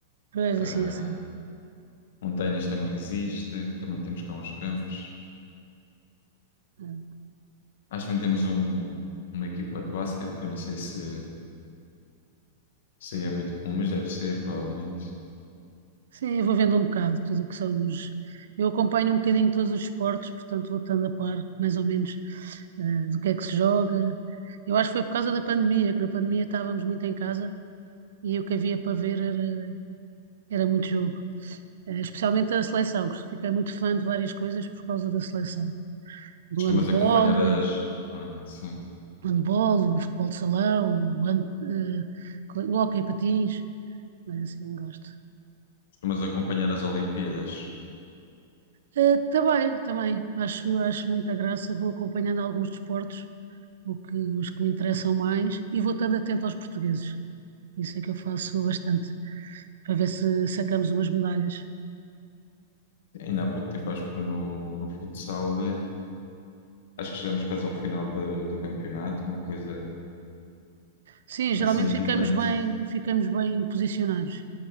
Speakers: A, on the right; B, on the left.
A: Pois
B: eh,
A: assim, assim.
B: um ténis também existe, também temos cá uns campos.
A: eh,
B: Acho que também temos um, uma equipa de basquete, que eu não sei se, se aí é muito comum, mas deve ser, provavelmente.
A: Sim, eu vou vendo um bocado tudo o que são os. Eu acompanho um bocadinho todos os esportes, portanto vou estando a par, mais ou menos, eh, do que é que se joga. Eu acho que foi por causa da pandemia, que na pandemia estávamos muito em casa e o que havia para ver era, era muito jogo. Eh, Especialmente a seleção, que fiquei muito fã de várias coisas por causa da seleção. Do
B: Costumas
A: handball,
B: acompanhar as,
A: eh,
B: ah, sim,
A: o handball, o futebol de salão, o, hand, eh, o hóquei em patins, mas assim gosto.
B: costumas acompanhar as Olimpíadas.
A: Eh, também, também, acho, acho muita graça, vou acompanhando alguns desportos, o que, os que me interessam mais, e vou estando atento aos portugueses. Isso é que eu faço bastante, para ver se sacamos umas medalhas.
B: Ainda há pouco tempo acho que foi no, no futsal eh, Acho que chegamos quase ao final do, do campeonato, uma coisa
A: Sim, geralmente
B: assim diferente.
A: ficamos bem, ficamos bem posicionados.